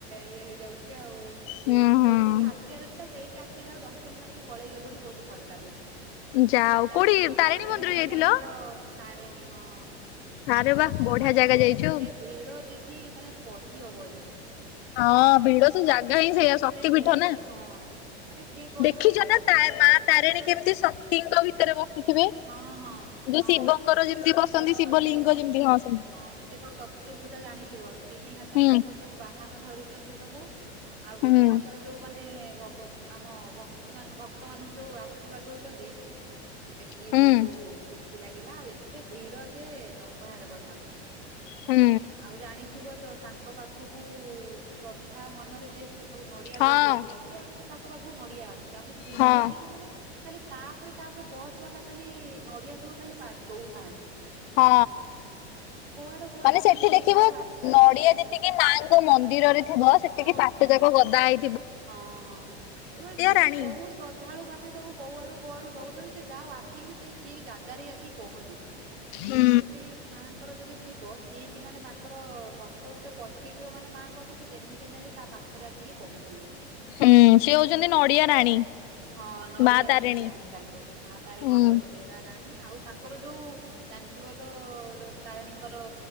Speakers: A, on the right (about 70°); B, on the left (about 60°).
A: ଇଏ ହେଇଯାଉଛି ଆଉ।
B: ହୁଁ
A: କିନ୍ତୁ
B: ହୁଁ
A: ଯୋଉଠିକି ଆସିଆର ଥିଲା ସେଇଠୁ ଆସିକି ଯା ହଉ ଦର୍ଶନ ସାରିକି ପଳେଇଗଲୁଣି ବୋହୁତ ଭଲ ଲାଗୁଚି।
B: ଯାଉ
A: ଜାଣିଥିବ
B: କୋଉଠି ତାରିଣୀ
A: ତ କେଉଁଝରେ
B: ମନ୍ଦିର ଯାଇଥିଲ?
A: ଆମର ତାରଣୀ ହଁ।
B: ଆରେ
A: ବର୍ଷା
B: ବା ବଢିଆ
A: ପାଗରେ
B: ଜାଗା
A: ବି
B: ଯାଇଛୁ
A: ଏତେ
B: ଆଉ।
A: ଭିଡ ଦିଦି ମାନେ କହିହବନି।
B: ହଁ ଭିଡ଼ ସ ସେ ଜାଗା ହିଁ ସେଇଆ
A: ଏତେ
B: ଶକ୍ତି
A: ଭିଡ
B: ପୀଠ ନା
A: ପାଇଁ ହଁ ମାନେ କିଏ କହିବ
B: ଦେଖିଛ
A: ଯେ ବର୍ଷା
B: ନା ତାରି
A: ପାଗରେ
B: ମା
A: ଏତେ
B: ତାରିଣୀ
A: ଭିଡ
B: କେମିତି
A: ନୁହେଁ।
B: ସ ତିଙ୍କ ଭିତରେ ବସିଥିବେ।
A: ହଁ ହଁ
B: ଯୋଉ
A: ହଁ
B: ଶିବଙ୍କର ଯେମିତି
A: ତାଙ୍କର
B: ବସନ୍ତି ଶିବ
A: ତିନି
B: ଲିଙ୍ଗ ଯେମିତି ହଁ ସେମିତି।
A: ହଁ ସିଏ ତ ଚତୁର୍ଭୂଜା ଜାଣିଥିବ, ତିନି ହାତରେ
B: ହୁଁ
A: ତାଙ୍କର ସବୁ ବାହାନ ଧରିଛନ୍ତି ସବୁ। ଆଉ ଗୋଟେ
B: ହୁଁ।
A: ହାତରେ ଯୋଉ ମାନେ ଭଗ ଆମ ଭକ୍ତି ମାନ ଭକ୍ତ ମାନଙ୍କୁ ଯୋଉ ଆଶୀର୍ବାଦ ଦଉଚନ୍ତି। ଦେଖିକି
B: ହୁଁ
A: ବହୁତ ଖୁସି ଲାଗିଲା ଆଉ ଏତେ ଭିଡ ଯେ ନ କହିବାର କଥା।
B: ହୁଁ।
A: ଆଉ ଜାଣିଥିବ ତ ତାଙ୍କ ପାଖକୁ ଶ୍ରଦ୍ଧା ମନରେ ଯିଏ ପୁ ସ୍ପ ଆଉ ନଡିଆ
B: ହଁ
A: ଦେଇଥିବ କେତେ ଆଡୁ ତ ତାଙ୍କ ପାଖକୁ ନଡିଆ ଆସୁଛି ଆମେ ଛିଡା
B: ହଁ
A: ହେଇଥିଲୁ ମାନେ ଖାଲି ତାପରେ ତାପରେ ବସ୍ ବାଲା ଖାଲି ନଡିଆ ସବୁ ଖାଲି ପା ଦଉଥାନ୍ତି।
B: ହଁ
A: କୁଆଡୁ କୁଆଡୁ
B: ମାନେ ସେ ସେଠି
A: ନଡିଆ
B: ଦେଖିବ
A: ଯୋଉ ଆସୁଛି
B: ନଡିଆ ଯେତିକି ମାଙ୍କ ମନ୍ଦିରରେ ଥିବ। ସେତିକି
A: ହଁ।
B: ବାଟଯାକ ଗଦା ହେଇ
A: ହଁ ହଁ। ସେ ସେମାନେେ
B: ରାଣୀ
A: କୋଉ ଶ୍ରଦ୍ଧାଳୁ ମାନେ ସବୁ କୋଉଆଡୁ କୁଆଡୁ ଦଉଛନ୍ତି। ସେ ଯାହାଉ ଆସିକି ବି ସେ ଠିକ ଜାଗାରେ ଆସିିକି ପହଞ୍ଚୁଛି। ସେଇଟା
B: ହୁଁ।
A: ଯଦି ଦି ମାଙ୍କର ଯଦି ଥିବ ଠିକ ମାନେ ତାଙ୍କର ଭକ୍ତ ଗୋଟେ ପଠେଇଥିବ ମାନେ ମା ଙ୍କ ପାଖକୁ, ସେ ଯେମିତି ହେଲେ ତା ପାଖରେ ଆସିକି ପହଞ୍ଚିବ।
B: ହୁଁ ସେ ହଉଛନ୍ତି ନଡିଆ ରାଣୀ।
A: ହଁ ନଡ଼ିଆ
B: ମା ତାରିଣୀ।
A: ରାାଣୀ କୁହନ୍ତି ତାଙ୍କୁ, ମା ତାରାଣୀ
B: ହୁଁ।
A: ନରଡ଼ିଆ ରାଣୀ ଆଉ ତାଙ୍କ ତାଙ୍କର ଯୋଉ ଜାଣିଥିବ ତ, ଯୋଉ ତାରିଣୀଙ୍କର